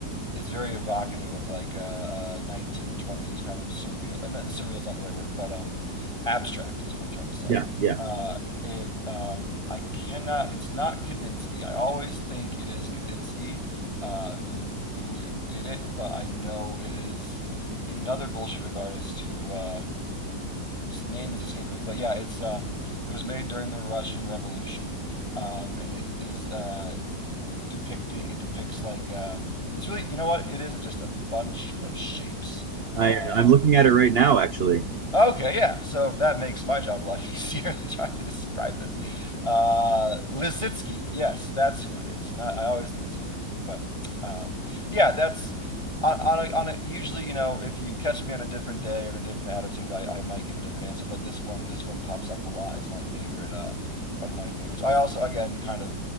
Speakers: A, on the left; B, on the right.
A: it's very evocative of like a, a 1920s kind of surreal. And surreal is not the right word, but um, abstract is what I'm trying to say.
B: Yeah, yeah.
A: Uh, it um, I cannot. It's not Kandinsky. I always think it is Kandinsky uh, who who did it, but I know it is another Bolshevik artist who. Uh, his name is escaping me, but yeah, it's um, it was made during the Russian Revolution, um, and it is uh, depicting it depicts like uh, it's really you know what it is. It's just a bunch of shapes,
B: I
A: uh,
B: uh, I'm looking
A: and
B: at it right now, actually.
A: Okay, yeah. So that makes my job a lot easier <laughs> in trying to describe this. Uh, Lisitsky, yes, that's who it is. Not, I always think it's Kudinski, but um, yeah, that's on, on, a, on a, usually you know if you catch me on a different day or in a different attitude, I, I might give a different answer. But this one, this one pops up a lot as my favorite, uh, one of my favorites. I also again kind of